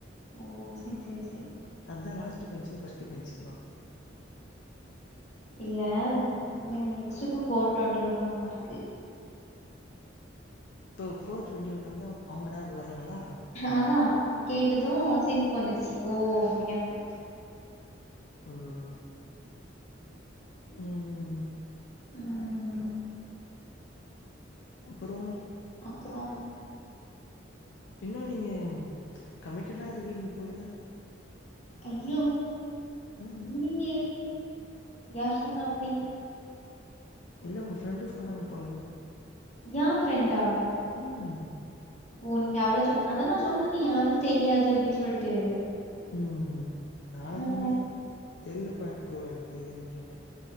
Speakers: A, on the left; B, on the left.
A: ஓ செ செ செய்
B: அத்தா லாஸ்ட் பெஞ்க்கு ஃபஸ்ட் பெஞ்க்கு
A: இல்ல ஏ எக்ஸுக்கு ஃபோர் டுவெண்டி ஒன்தா மார்க்கு
B: இப்போ ஃபோர் டு்வெண்டி ஒன் வந்தா அவங்கத்தா வராங்களா
A: அதா கேட்டது சிரிப்பு வந்துருச்சு ஓ அப்டியானு
B: ம் ம்
A: ம்
B: அப்புறோ
A: அப்றோ
B: என்னங்க நீங்க கமிட்டடா இருக்கீங்க போல
A: ஐயோ
B: ம்
A: இல்லிங்க யார் சொன்னா அப்டி
B: இல்ல உங்க ஃப்ரெண்டு சொன்னாங்க போல
A: ஏ ஃப்ரெண்டா
B: ம்
A: ஓ நீங்க அவ்ள சொ அதெல்லா சொன்ன நீ யாருக்கு தெரியாது அப்டின் சொல்ட்டு
B: ம்ம் நான்
A: நா
B: சொன்னே
A: யார்
B: தெர்லப்ப ப்ரோ எனக்கு அப்டின்னே